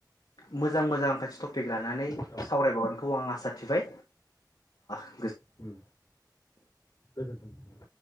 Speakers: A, on the left (about 75°); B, on the left (about 55°).
A: मोजां मोजां खाय टपिक लानानै
B: औ
A: सावरायबावगोनखौ आं आसा साथिबाय ओ
B: ओम गोजोनथों!